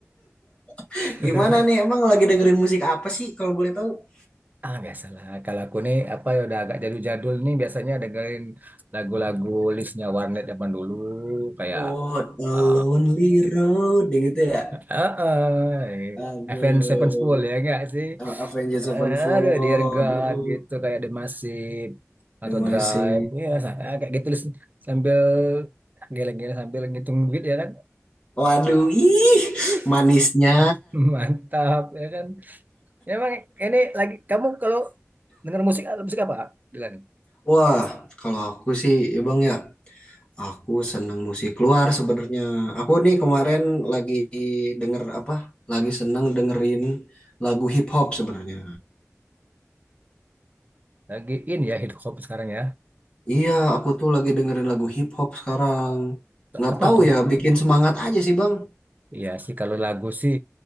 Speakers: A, on the left; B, on the right.
A: <laughs>
B: <laughs>
A: Gimana nih emang lagi dengerin musik apa sih kalau boleh tahu?
B: Ah, biasalah. Kalau aku nih apa ya udah agak jadul-jadul nih biasanya dengerin lagu-lagu listnya Warnet zaman dulu kayak
A: What a
B: eh
A: Lonely Road yang itu ya.
B: eh eh,
A: Aduh,
B: Avenged Sevenfold ya enggak sih?
A: A- Avengers Sevenfold.
B: Eh, Aduh, Dear God
A: Aduh,
B: gitu kayak The Massive
A: udah
B: atau
A: masih.
B: Drive ya sa- ah, kayak gitu list sambil geleng-geleng sambil ngitung duit ya kan.
A: Waduh, ih,
B: Ih,
A: manisnya.
B: <laughs> Mantap ya kan. Emang ini lagi kamu kalau denger musik musik apa? Dilan?
A: Wah, kalau aku sih, ya Bang ya, aku seneng musik luar sebenarnya. Aku nih kemarin lagi denger apa? Lagi seneng dengerin lagu hip hop sebenarnya.
B: Lagi in ya hip hop sekarang ya.
A: Iya, aku tuh lagi dengerin lagu hip hop sekarang. Nggak
B: Apa
A: tahu
B: tuh?
A: ya, bikin semangat aja sih Bang.
B: Iya sih kalau lagu sih